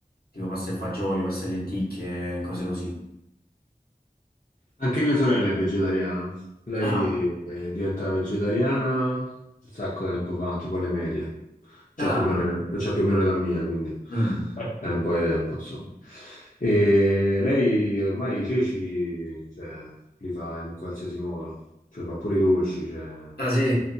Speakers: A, on the left; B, on the left.
A: tipo pasta e fagioli, pasta e lenticchie, cose così.
B: Anche mia sorella è vegetariana. Lei
A: Ah,
B: è diventata vegetariana un sacco di tempo fa, tipo alle medie. C'ha
A: ah,
B: più o meno, l'età- c'ha più o meno l'età mia, quindi
A: mm.
B: è un po' di tempo, insomma. E lei ormai i ceci, cioè, li fa in qualsiasi modo. Cioè, fa pure i dolci, cioè,
A: Ah sì,